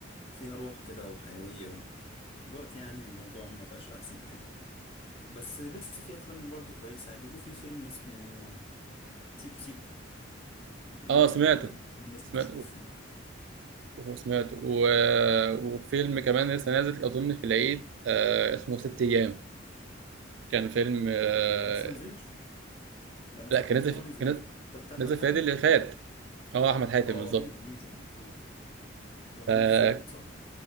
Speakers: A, on the left; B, on the right.
A: فيها روح كده وحيويه و... دلوقتي يعني الموضوع ما بقاش احسن حاجه بس لسه في افلام برضو كويسه يعني بيقولوا في فيلم اسمه سيكو سيكو بيقولوا
B: اه
A: حلو
B: سمعته
A: قوي يعني كل الناس
B: سمعت
A: بتشكر فيه
B: وسمعته و... وفيلم كمان لسه نازل أظن في العيد آه اسمه ست أيام كان فيلم آه...
A: يعني أنا لسه ما نزلش ده انا
B: لا
A: سمعت
B: كان نازل
A: ان
B: في...
A: هو نزل
B: كان
A: أصلاً. ده بتاع
B: نازل
A: احمد حاتم
B: في العيد اللي فات اه أحمد حاتم
A: اه
B: بالظبط
A: نزل نزل اه وهنا
B: ف... اه
A: الزاهد صح